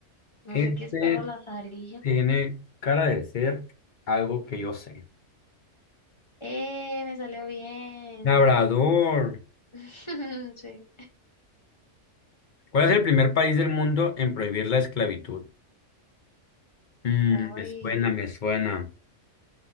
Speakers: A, on the left; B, on the left.
A: No
B: Este
A: sé qué es perro lazarillo.
B: tiene cara de ser algo que yo sé.
A: ¡Eh! Me salió bien.
B: Labrador,
A: <laughs> Sí.
B: ¿cuál es el primer país del mundo en prohibir la esclavitud? Mm,
A: Uy,
B: me suena, me suena.